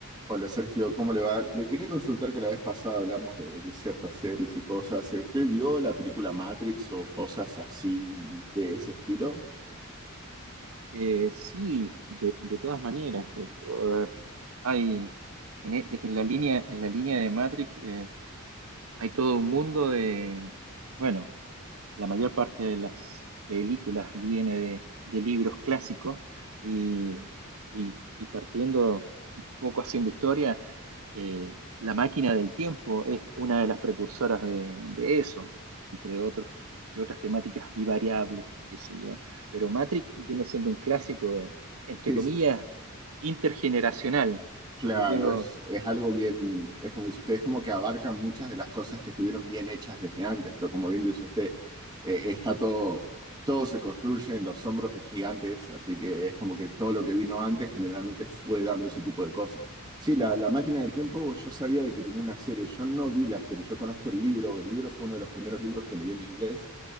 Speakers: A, on the right (about 20°); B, on the right (about 70°).
A: Hola Sergio, ¿cómo le va? Le quería consultar que la vez pasada hablamos de, de ciertas series y cosas. ¿Usted vio la película Matrix o cosas así de ese estilo?
B: Eh, sí, de, de todas maneras. eh, eh, hay en, e- en la línea, en la línea de Matrix eh, hay todo un mundo de, bueno, la mayor parte de las películas viene de, de libros clásicos y, y- y partiendo un poco haciendo historia, eh, La máquina del tiempo es una de las precursoras de, de eso, entre otros, entre otras temáticas y variables, qué sé yo. Pero Matrix viene siendo un clásico, eh, entre
A: <laughs>
B: comillas, intergeneracional,
A: Claro,
B: porque yo lo...
A: es, es algo bien, es como dice usted, es como que abarca muchas de las cosas que estuvieron bien hechas desde antes, pero como bien dice usted, eh, está todo, todo se construye en los hombros de gigantes, así que es como que todo lo que vino antes generalmente fue dando ese tipo de cosas. Sí, la, la máquina del tiempo, yo sabía de que tenía una serie, yo no vi la serie, yo conozco el libro, el libro fue uno de los primeros libros que leí en inglés